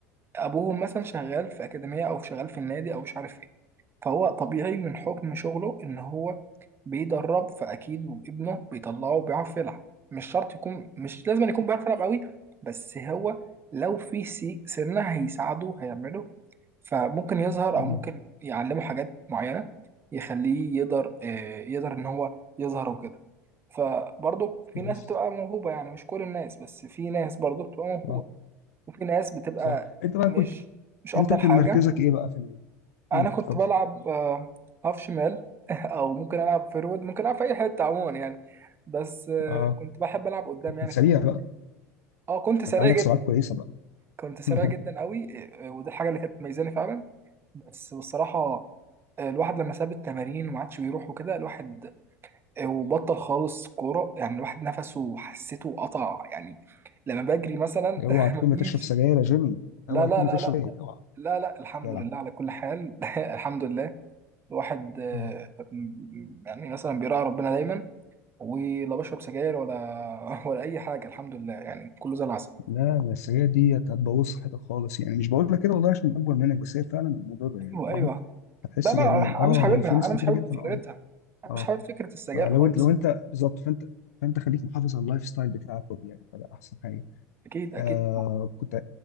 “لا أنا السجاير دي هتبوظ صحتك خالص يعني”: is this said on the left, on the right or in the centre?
Left